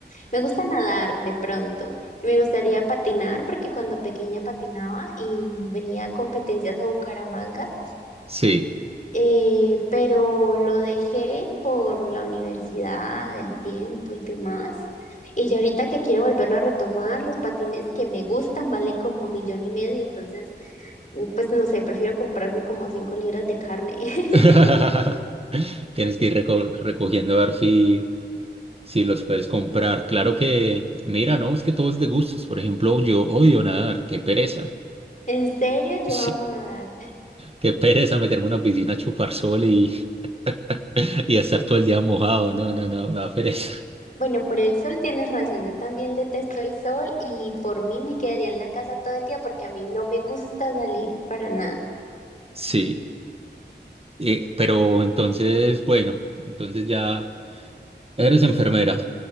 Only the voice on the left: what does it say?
Me gusta nadar de pronto y me gustaría patinar porque cuando pequeña patinaba y venía a competencias a Bucaramanga.
Eh, pero lo dejé por la universidad, el tiempo y demás. Y yo ahorita que quiero volverlo a retomar, los patines que me gustan valen como millón y medio, entonces, mm, pues no sé, prefiero comprarme como cinco libras de carne. <laughs>
En serio, yo
amo nadar.
Bueno, por el sol tienes razón, yo también detesto el sol y por mí me quedaría en la casa todo el día porque a mí no me gusta salir para nada.